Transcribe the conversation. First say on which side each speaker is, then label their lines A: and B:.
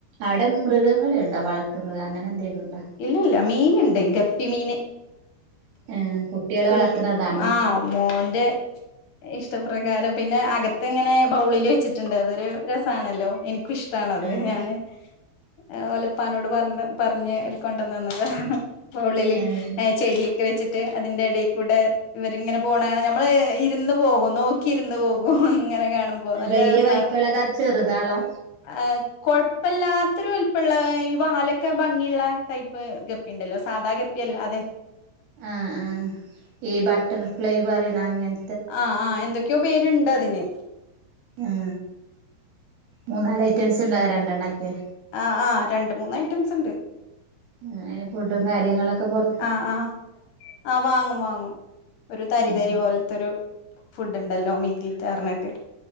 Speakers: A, on the right; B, on the left.
A: അവിടെ മൃഗങ്ങളെ ണ്ടാ വളത്തുമൃഗ അങ്ങനെന്തേലും ഉണ്ടോ
B: ഇല്ല ഇല്ല മീന്ണ്ട് ഗപ്പിമീന്
A: ഏഹ് കുട്ടികള്
B: തുള്ളി
A: വളർത്തുന്നതാണ്
B: മാ മോന്റെ ഇഷ്ടപ്ര വേറെ പിന്നെ അകത്ത് ഇങ്ങനെ ബൗളില് വെച്ചിട്ടുണ്ട് അതൊരു രസാണല്ലോ എനി ഇഷ്ടാണത്
A: ആഹ്
B: ഞാന് ആ വലപ്പാനോട് പറഞ്ഞ പറഞ്ഞ് കൊണ്ടന്നന്നത് ബൗളില്
A: ആഹ്
B: എ ചെടിയൊക്കെ വെച്ചിട്ട് അതിന്റെ ഇടയി കൂടെ ഇവരിങ്ങനെ പോകണ നമ്മൾ ഇരുന്ന് പോകും നോക്കി ഇരുന്ന് പോകും ഇങ്ങനെ ഏണുമ്പോ നല്ല
A: വലിയ
B: രസാണ്
A: വലിപ്പമുള്ളത് അത് ചെറുതാളാ
B: ആ കൊയപ്പല്ലാത്തരു വൽപള്ള ഈ വാലൊക്കെ ഭംഗിയുള്ള ട്ടയ്‌പ്പ് ഗപ്പിണ്ടല്ലോ സാദാ ഗപ്പി അല്ലാതെ
A: ആ ആ ഈ ബട്ടർഫ്ലൈ വറി ലാങ്ങൻ
B: ആആ് എന്തൊക്കെയോ പേരുണ്ട് അതിന്
A: ആ മൂന്നാ ല് ഐറ്റംസ് ണ്ടാവോ രണ്ടെണ്ണാകി
B: ആ ആ രണ്ട് മൂന്ന് ഐറ്റംസ് ണ്ട്
A: ഉ് അയിന് ഫുഡും കാര്യങ്ങളൊക്ക പുറ
B: ആ ആ ആ വാങ്ങും വാങ്ങും ഒരു തരി
A: ഉം
B: തരി പോൽത്തെരു ഫുഡ് ണ്ടല്ലോ മീന്തീറ്റ ർഞ്ഞിട്ട്